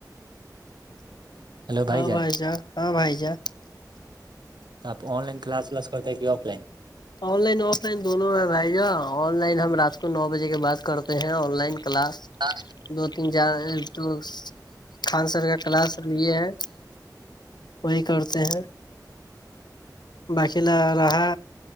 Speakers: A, on the right; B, on the left.
A: ہلو بھائی
B: ہاں
A: جان
B: ہاں بھائی جان
A: آپ آن لائن کلاس والاس کرتا ہے کہ offline
B: online offline دونوں ہیں بھائی جان آن لائن ہم رات کو نو بجے کے بعد کرتے ہیں آن لائن کلاس
A: ہاں
B: دو تین جار تو خان سر کا کلاس لیے ہے وہی کرتے ہیں باقی ل رہا